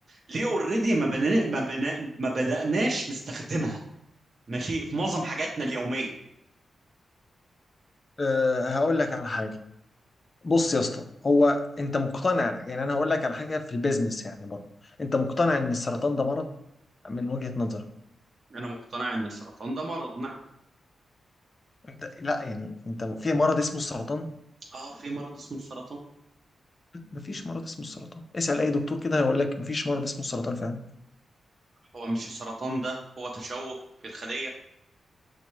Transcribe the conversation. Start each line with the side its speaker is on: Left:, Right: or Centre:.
Right: ليه اوريدي ما بنا... ما بنا... ما بدأناش نستخدمها ماشي في معظم حاجاتنا اليومية
Left: أه هقول لك على حاجه بص يا اسطى هو انت مقتنع يعني انا هقول لك على حاجه في البيزنس يعني برضه انت مقتنع ان السرطان ده مرض من وجهه نظرك
Right: أنا مقتنع إن السرطان ده مرض نعم
Left: انت لا يعني انت في مرض اسمه السرطان
Right: آه في مرض اسمه السرطان
Left: مفيش مرض اسمه السرطان اسأل اي دكتور كده هيقول لك مفيش مرض اسمه السرطان فعلا
Right: هو مش السرطان ده هو تشوه في الخلية